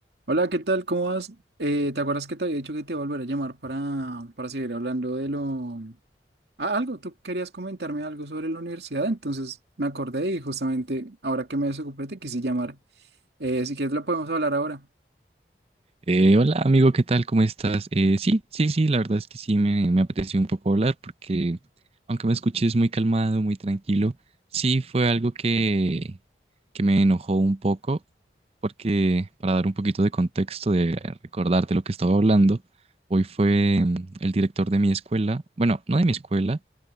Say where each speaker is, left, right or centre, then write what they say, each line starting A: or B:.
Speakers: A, on the right (about 70°); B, on the right (about 35°).
A: Hola, ¿qué tal? ¿Cómo vas? Eh, ¿te acuerdas que te había dicho que te iba a volver a llamar para, para seguir hablando de lo... Ah, algo, tú querías comentarme algo sobre la universidad, entonces me acordé y justamente ahora que me desocupé te quise llamar. Eh, si quieres lo podemos hablar ahora.
B: Eh, hola amigo, ¿qué tal? ¿Cómo estás? Eh, sí, sí, sí, la verdad es que sí me, me apeteció un poco hablar porque aunque me escuches muy calmado, muy tranquilo, sí fue algo que, que me enojó un poco porque para dar un poquito de contexto, de recordarte lo que estaba hablando, hoy fue mm, el director de mi escuela, bueno, no de mi escuela,